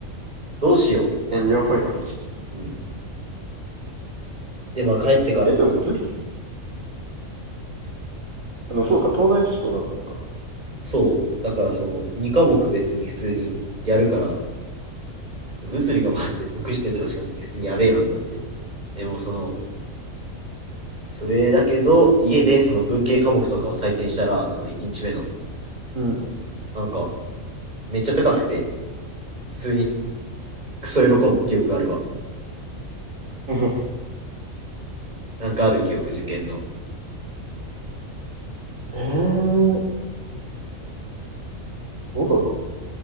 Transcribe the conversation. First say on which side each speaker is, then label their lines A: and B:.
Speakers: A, on the right; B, on the right.
A: どうしようみたいな。
B: うん、やばいな。
A: うん、で、まあ帰ってからも、
B: え、でも、
A: ん
B: ぶ、あの、そうか、東大志望だったのか。
A: そう。だからその2科目別に普通にやるから、物理がマジで60点とかしかなくて普通にやべえなってなって。
B: うん。
A: でもその、それだけど、家でその文系科目とかを採点したら、その1日目の、
B: うん。
A: なんか、めっちゃ高くて、普通にクソ喜んだ記憶あるわ。
B: うん <laughs>。
A: なんかある記憶、受験の。
B: えー、どうだろ